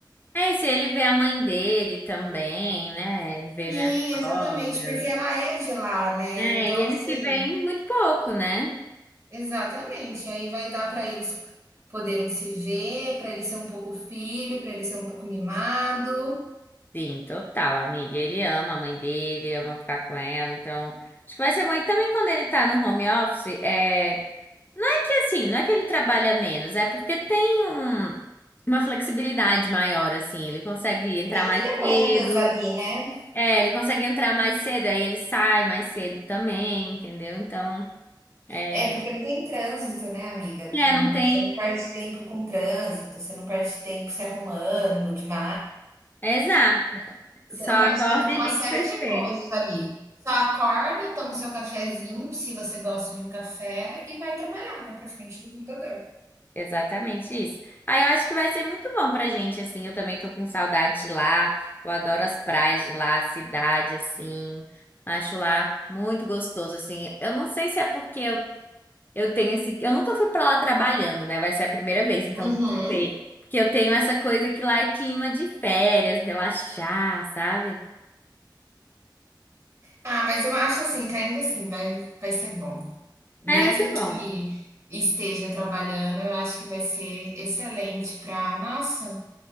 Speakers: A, on the left (about 25°); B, on the right (about 35°).
A: É e se ele vê a mãe dele também, né? Ele vê
B: Sim,
A: minha
B: exatamente,
A: sogra.
B: porque ela é de lá, né?
A: É,
B: Então,
A: e eles
B: assim,
A: se veem muito pouco, né?
B: Exatamente. Aí vai dar para eles poderem se ver, para ele ser um pouco filho, para ele ser um pouco mimado.
A: Sim, total, amiga. Ele ama a mãe dele, ama ficar com ela, então acho que vai ser bom. E também quando ele tá no home office, é... não é que assim, não é que ele trabalha menos, é porque tem um... uma flexibilidade maior, assim. Ele consegue entrar
B: Tem as
A: mais
B: demandas
A: cedo,
B: ali, né?
A: é, ele consegue entrar mais cedo, aí ele sai mais cedo também, entendeu? Então, é,
B: É porque não tem trânsito, né, amiga?
A: é,
B: Você
A: não
B: não,
A: tem.
B: você não perde tempo com trânsito, você não perde tempo se arrumando demais.
A: Exato,
B: Você
A: só
B: não perde
A: acorda
B: tempo com
A: e
B: uma
A: liga
B: série
A: o PC.
B: de coisas ali. Só acorda, toma o seu cafezinho, se você gosta de um café, e vai trabalhar, vai para frente do computador.
A: Exatamente isso. Ah, eu acho que vai ser muito bom pra gente, assim. Eu também tô com saudade de lá. Eu adoro as praias de lá, a cidade, assim. Acho lá muito gostoso, assim. Eu não sei se é porque eu, eu tenho esse. Eu nunca fui pra lá trabalhando, né? Vai ser a primeira vez, então
B: Uhum.
A: não sei. Porque eu tenho essa coisa que lá é clima de férias, relaxar, sabe?
B: Ah, mas eu acho assim que ainda assim vai vai ser bom. Mesmo
A: Ah, vai ser bom,
B: que esteja trabalhando, eu acho que vai ser excelente pra nossa,